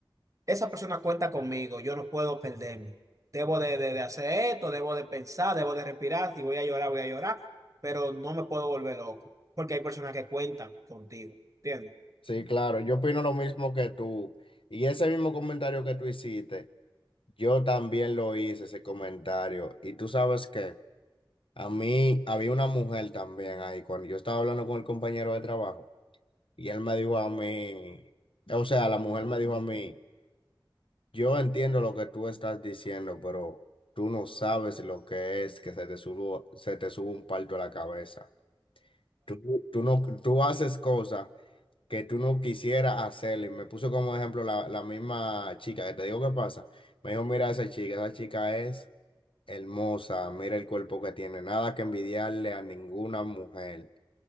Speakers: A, on the right; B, on the left.
A: esa persona cuenta conmigo, yo no puedo perderme, debo de, de- de hacer esto, debo de pensar, debo de respirar, si voy a llorar, voy a llorar, pero no me puedo volver loco, porque hay personas que cuentan contigo, ¿entiendes?
B: Sí, claro, yo opino lo mismo que tú. Y ese mismo comentario que tú hiciste, yo también lo hice, ese comentario. Y tú sabes que a mí había una mujer también ahí, cuando yo estaba hablando con el compañero de trabajo, y él me dijo a mí, o sea, la mujer me dijo a mí. Yo entiendo lo que tú estás diciendo, pero tú no sabes lo que es que se te suba, se te suba un palto a la cabeza. Tú, tú no, tú haces cosas que tú no quisieras hacer. Y me puso como ejemplo la, la misma chica que te digo qué pasa. Me dijo, mira esa chica, esa chica es hermosa, mira el cuerpo que tiene, nada que envidiarle a ninguna mujer.